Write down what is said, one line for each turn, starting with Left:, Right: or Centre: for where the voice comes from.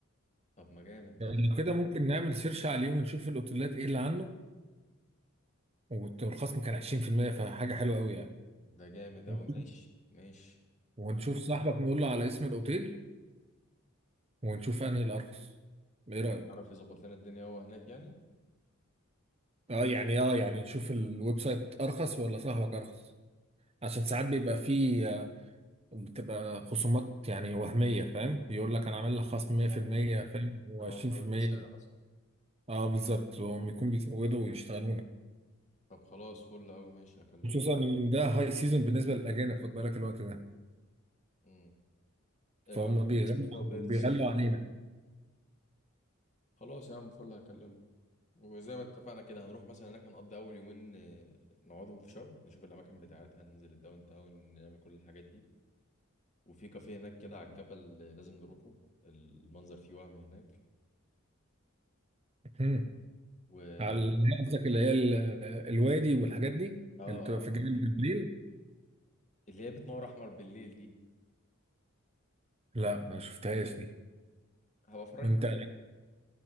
Left: طب ما جامد ده
Right: يعني
Left: ده,
Right: لو كده ممكن نعمل سيرش عليه ونشوف الاوتيلات ايه اللي عنده والت- والخصم كان 20% فحاجه حلوه قوي يعني
Left: ده جامد
Right: ونشوف
Left: أوي ماشي ماشي
Right: ونشوف صاحبك نقول له على اسم الاوتيل ونشوف انهي الارخص ايه
Left: لو
Right: رايك
Left: عرف يظبط لنا الدنيا هو هناك يعني
Right: اه يعني اه يعني نشوف الويب سايت ارخص ولا صاحبك ارخص عشان ساعات بيبقى فيه آه، بتبقى خصومات يعني وهميه فاهم يقول لك انا عامل لك خصم 100%
Left: اه
Right: فاهم و20%
Left: كان هو مزود السعر اصلا
Right: اه بالظبط وهم يكون بيزودوا ويشتغلونا
Left: طب خلاص فل قوي ماشي هكلمه
Right: خصوصا ان ده هاي سيزون بالنسبه للاجانب خد بالك الوقت ده
Left: امم اللي
Right: فهم
Left: هو
Right: بيغلوا
Left: كده وبداية
Right: بيغلوا
Left: الصيف
Right: علينا
Left: خلاص يا عم فل هكلمه وزي ما اتفقنا كده هنروح مثلا هناك هنقضي اول يومين آه، نقعدهم في شرم نشوف الاماكن بتاعتها ننزل الداون تاون نعمل كل الحاجات دي وفي كافيه هناك كده على الجبل آه، لازم نروحه المنظر فيه وهم هناك
Right: هم.
Left: و اه
Right: على قصدك اللي هي ال- آه، الوادي والحاجات دي
Left: آه،
Right: اللي بتبقى في الجبل بالليل
Left: اللي هي بتنور احمر بالليل دي
Right: لا ما شفتهاش دي
Left: هبقى افرجك
Right: انت
Left: عليها